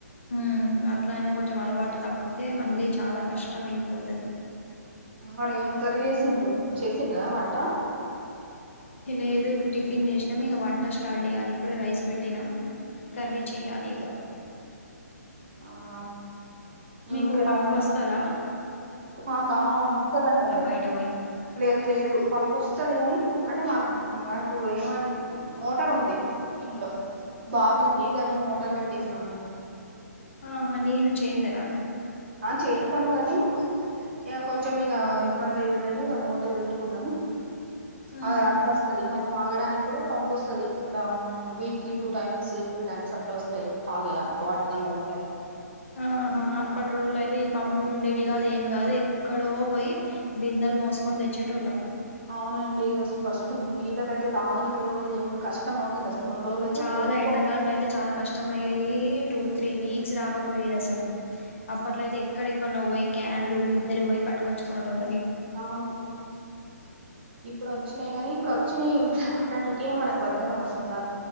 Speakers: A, on the left; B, on the right.
A: హుమ్ అట్లా అయినా కొంచెం అలవాటు తప్పితే మళ్ళీ చాలా కష్టం అయిపోతది.
B: మరి ఏం కర్రీ చేసిండ్రు చేసిండ్రా వంట
A: చేయలేదు ఇప్పుడు టిఫిన్ చేసినమ్ ఇక వంట స్టార్ట్ చేయాలి ఇప్పుడే రైస్ పెట్టిన కర్రీ
B: ఉమ్,
A: చేయాలి ఇగ
B: అవునా
A: మీకు
B: ఇంకా
A: పంప్
B: మరి
A: అస్తదా
B: మాకా వస్తదండి అంటే
A: బయట పోయి
B: లేదు లేదు పంపోస్తది కానీ అంటే మాకు మాకు ఏమన్ మోటార్ ఉంది ఇంట్లో బావి ఉంది దానికి మోటార్ పెట్టేసాం మేము
A: ఆహా నీళ్ళు చేయ్యందరా
B: ఆ చేదుతాం గానీ ఇగ కొంచెం ఇగ ఇబ్బంది అయితది అని ఇగ మోటర్ పెట్టుకున్నాం ఆ
A: ఆహా
B: అట్ల వస్తది మన తాగడానికి కూడా పంపోస్తది అక్కడ వీక్కిి టూ టైమ్స్ త్రీ టైమ్స్ అట్లా వస్తాయి తాగెదానికి వాటర్ ట్యాంక్ వాటర్
A: ఆహా అప్పటి రోళ్ళు అయితే ఈ పంపులు ఉండేటివి కాదు ఏమి కాదు ఎక్కడో పోయి బిందెలు మోసుకొని తెచ్చేటోళ్ళం
B: అవునండి అసలు ఫస్ట్ నీళ్ళకైతే తాగానీకి కూడా లేకుండా కష్టం అవుతుంది అసలు కొన్ని రోజులు అయితే
A: చాలా
B: కొనుక్కొని
A: ఎండాకాలంలో అయితే చాలా కష్టం అయ్యేది టూ త్రీ వీక్స్ రాకపోయేది అసలు అప్పట్లో అయితే ఎక్కడెక్కడన్నా పోయి క్యాన్లు బిందెలు పోయి పట్టుొచ్చుకోవడం వల్ల
B: అవును ఇప్పుడు వచ్చినాయి కాని ఇప్పుడు వచ్చినాయి ఇంకా ట్టనికే మనకు బద్దకం వస్తుంది కానీ